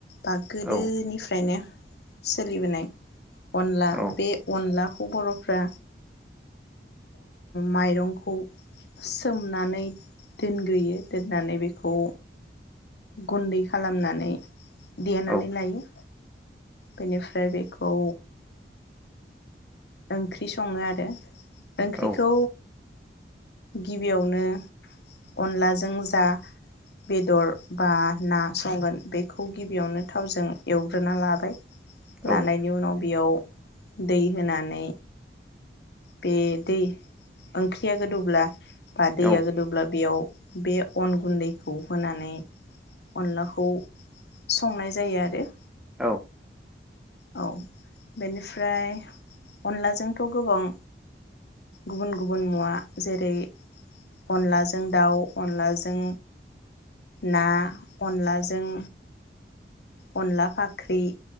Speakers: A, on the left (about 70°); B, in the centre.
A: बा गोदोनिफ्राय
B: औ
A: नो सोलिबोनाय अनला
B: औ
A: बे अनला ख बर' फ्रा माइरंखौ सोमनानै दोन। देयो दोननानै बेखौ गुन्दै खालामनानै देनानै
B: औ
A: लायो। बेनिफ्राय बेखौ ओंख्रि सङो आरो ओंख्रिखौ
B: औ
A: गिबियावनो अनलाजों जा बेदर बा ना संगोन बे खौ गिबियावनो थावजों एवग्रोना लाबाय लानायनि
B: औ
A: उनाव बेयाव दै होनानै मै बे दै ओंख्रिया गोदौब्ला बा दैया
B: औ
A: गोदोब्ला बेयाव बे अन गुन्दैखौ होनानै अनलाखौ संनाय जायो आरो।
B: औ
A: औ बेनिफ्राय अनलाजोंथ' गोबां गुबुन गुबुन मुवा जेरै अनलाजों दाउ अनलाजों ना अनलाजों अनला फाख्रि